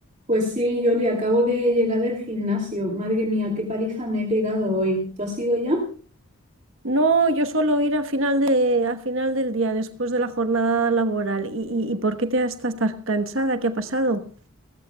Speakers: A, on the right; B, on the right.
A: Pues sí, Yoli, acabo de llegar del gimnasio. Madre mía, qué paliza me he pegado hoy. ¿Tú has ido ya?
B: No, yo suelo ir a final de, a final del día, después de la jornada laboral. ¿Y, y- y por qué te estás tan cansada? ¿Qué ha pasado?